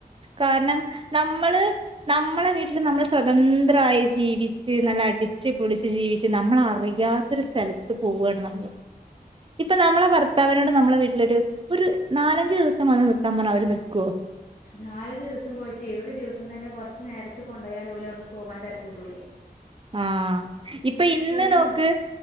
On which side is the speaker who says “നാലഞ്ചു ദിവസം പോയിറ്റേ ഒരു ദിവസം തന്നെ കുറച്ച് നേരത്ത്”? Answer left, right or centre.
Left